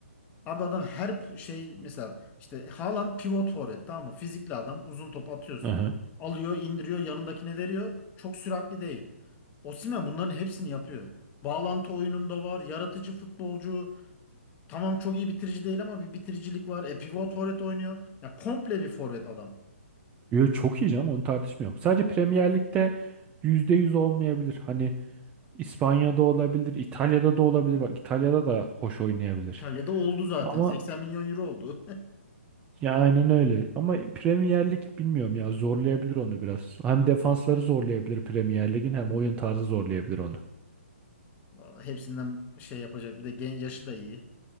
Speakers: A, on the left; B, on the right.
A: Abi adam her pu- şey mesela işte Haaland pivot forvet tamam mı? Fizikli adam uzun top atıyorsun.
B: Aha.
A: Alıyor indiriyor yanındakine veriyor. Çok süratli değil. Osimhen bunların hepsini yapıyor. Bağlantı oyununda var. Yaratıcı futbolcu. Tamam çok iyi bitirici değil ama bir bitiricilik var. E pivot forvet oynuyor. Ya komple bir forvet adam.
B: Yo, çok iyi canım onu tartışmıyorum. Sadece Premier Lig'de %100 olmayabilir. Hani İspanya'da olabilir, İtalya'da da olabilir. Bak İtalya'da da hoş oynayabilir.
A: İtalya'da oldu zaten.
B: Ama
A: 80 milyon euro oldu.
B: ya aynen öyle. Ama Premier Lig bilmiyorum ya zorlayabilir onu biraz. Hem defansları zorlayabilir Premier Lig'in hem oyun tarzı zorlayabilir onu.
A: <laughs> Vallahi Hepsinden şey yapacak. Bir de gen yaşı da iyi.